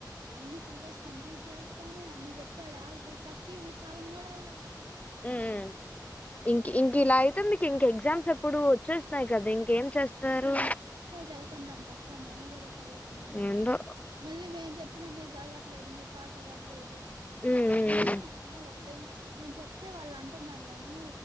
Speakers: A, on the right; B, on the left.
A: అన్ని సెలబస్ కంప్లీట్ చేస్తాను అన్ని చెప్ చెప్పాడా ఇప్పుడు ఫస్ట్ యూనిట్ సగం కూడా అవలా
B: ఉమ్ ఇంక ఇంక ఇలా అయితే మీకు ఇంక ఎగ్జామ్స్ ఎప్పుడు వచ్చేస్తున్నాయి కదా ఇంకేం చేస్తారు
A: చఉతంట అక్క మేమే కదా చదువుకుంటున్నాము
B: ఏందో
A: మళ్ళీ ఎం చెప్పినా మీరు చదవట్లేదు మీరు పాస్ అవ్వట్లేదు
B: ఉమ్ ఉమ్
A: మెయిన్ అక్క ఒక టైం మేము చెప్తే వాళ్ళ అం టున్నారు గాని